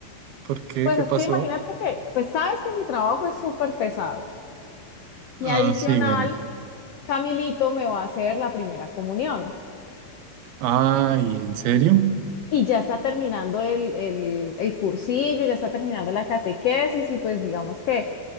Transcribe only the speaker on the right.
¿Por qué?
¿Qué
pasó?
Ah,
sí, bueno.
Ay, ¿en serio?